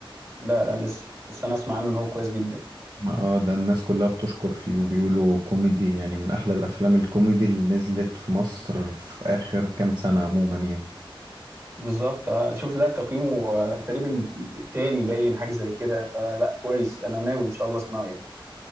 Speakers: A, on the right; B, on the right.
A: لا لا لسه بس انا اسمع عنه ان هو كويس جدا
B: ما اه ده الناس كلها بتشكر فيه وبيقولوا كوميدي يعني من احلى الافلام الكوميدي اللي نزلت في مصر في اخر كام سنة عموما يعني
A: بالظبط آه شفت ده تقييمه آه، تقريبا تاني باين حاجه زي كده فلا كويس انا ناوي ان شاء الله اسمعه يعني